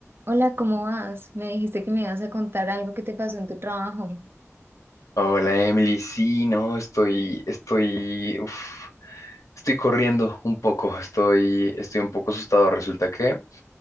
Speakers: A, on the right; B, on the left.
A: Hola, ¿cómo vas? Me dijiste que me ibas a contar algo que te pasó en tu trabajo
B: Hola Emily, sí, no, estoy, estoy, uf, estoy corriendo un poco, estoy, estoy un poco asustado. Resulta que